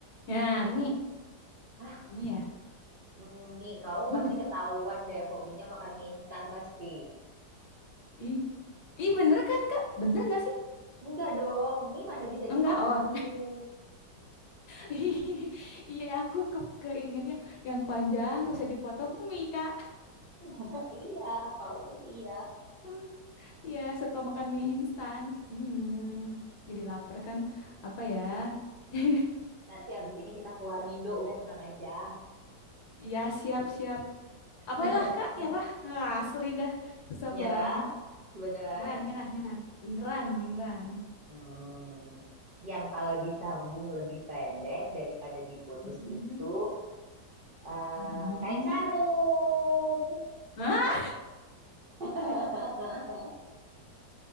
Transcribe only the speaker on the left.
ya mi,
mi ya.
mie
nggak sih?
Ih, ih bener kan Kak? Bener nggak sih?
Enggak,
oh <laughs> iya aku ke keingetnya yang panjang bisa dipotong mie Kak.
<laughs> Iya suka makan mie instan. Hmm, jadi lapar kan? Apa ya? <laughs>
Iya siap-siap. Apalah
Kak, nyerah. Ah, Asli dah, susah
banget.
Nyerah, nyerah, nyerah. Beneran, beneran.
Hmm.
Hmm.
<laughs>